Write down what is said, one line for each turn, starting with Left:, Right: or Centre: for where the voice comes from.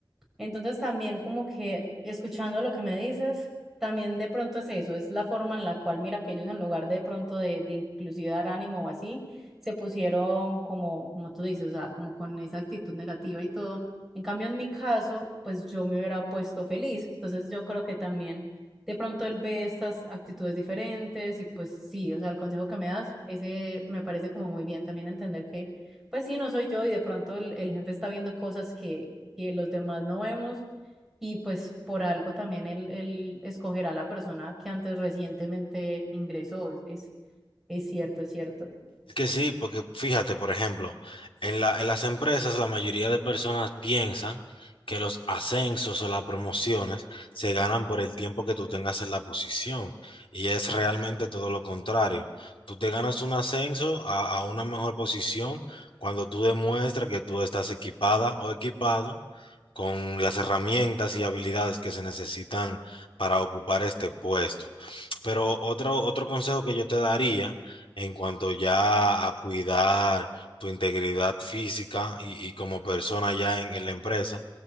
Centre: Entonces también como que escuchando lo que me dices, también de pronto es eso, es la forma en la cual mira que ellos en lugar de pronto de, de inclusive dar ánimo o así, se pusieron como, como tú dices, o sea, como con esa actitud negativa y todo. En cambio, en mi caso, pues yo me hubiera puesto feliz. Entonces yo creo que también de pronto él ve estas actitudes diferentes y pues sí, o sea, el consejo que me das, ese me parece como muy bien también entender que pues sí, no soy yo y de pronto el, el jefe está viendo cosas que, que los demás no vemos y pues por algo también él, él escogerá a la persona que antes recientemente ingresó. Es, es cierto, es cierto.
Left: Es que sí, porque fíjate, por ejemplo, en la- en las empresas la mayoría de personas piensan que los ascensos o las promociones se ganan por el tiempo que tú tengas en la posición y es realmente todo lo contrario. Tú te ganas un ascenso a, a una mejor posición cuando tú demuestras que tú estás equipada o equipado con las herramientas y habilidades que se necesitan para ocupar este puesto. Pero otro, otro consejo que yo te daría en cuanto ya a cuidar tu integridad física y, y como persona ya en, en la empresa,